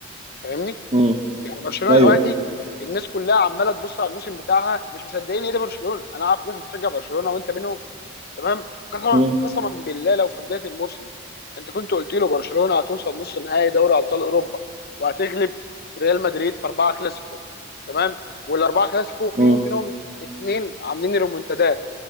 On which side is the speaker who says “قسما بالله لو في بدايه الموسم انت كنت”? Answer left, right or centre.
Left